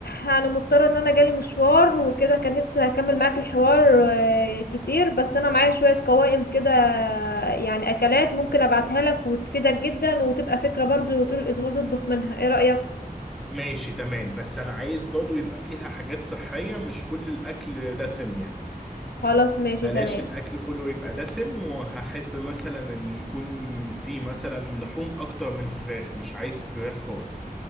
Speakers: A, on the left; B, in the centre.
A: انا مضطره ان انا جالي مشوار وكده كان نفسي اكمل معاك الحوار آه، كتير بس انا معايا شويه قوائم كده آه، يعني اكلات ممكن ابعتها لك وتفيدك جدا وتبقى فكره برضو طول الاسبوع تطبخ منها ايه رايك
B: ماشي تمام بس انا عايز برضو يبقى فيها حاجات صحية مش كل الاكل دسم يعني
A: خلاص ماشي
B: بلاش
A: تمام
B: الاكل كله يبقى دسم وهحب مثلا ان يكون فيه مثلا لحوم اكتر من فراخ مش عايز فراخ خالص